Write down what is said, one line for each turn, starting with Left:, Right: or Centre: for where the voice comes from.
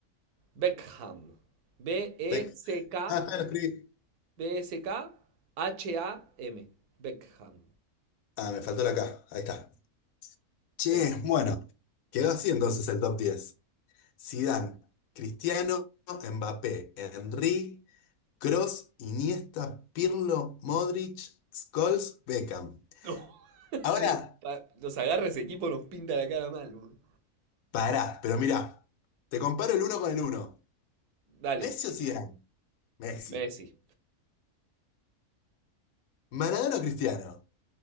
Right: Beckham. B-E-C-K.
Left: Beck-
Right: E C k
Left: Ah, está, lo escribí.
Right: B E C K h a m Beckham.
Left: Ah, me faltó la K. Ahí está. Che,
Right: Beckham. <laughs>
Left: bueno. Quedó así entonces el top 10? Zidane, Cristiano, Mbappé, Henry, Kroos, Iniesta, Pirlo, Modric, Scholes, Beckham.
Right: No,
Left: Ahora,
Right: pa- nos agarra ese equipo, nos pinta la cara mal, boludo.
Left: pará, pero mirá. Te comparo el uno con el uno.
Right: Dale,
Left: ¿Messi o Zidane? Messi.
Right: Messi.
Left: ¿Maradona o Cristiano?